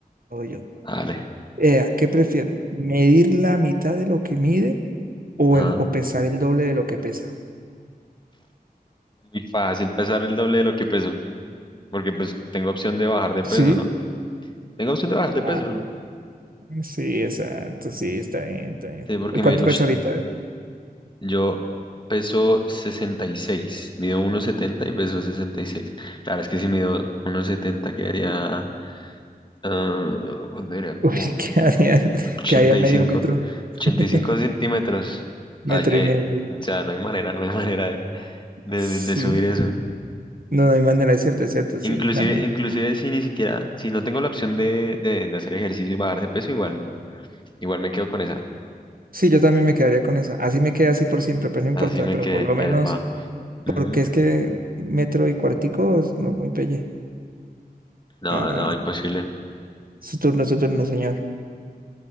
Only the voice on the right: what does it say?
voy yo.
Eh, ¿qué prefiere? ¿Medir la mitad de lo que mide o,
el- o pesar el doble de lo que pesa?
Sí.
Ah,
sí, exacto, sí, está bien, está bien.
¿Cuánto
pesa ahorita?
Uy,
<laughs> que había,
que había en medio metro,
<laughs>
metro
y medio.
Sí,
no, no hay manera, es cierto, es cierto, sí,
nada más.
Sí, yo también me quedaría con esa. Así me queda así por siempre, pero no importa,
pero
por lo
menos,
porque es que metro y cuartico, no, muy pelle.
Ah,
su turno, su turno, señor.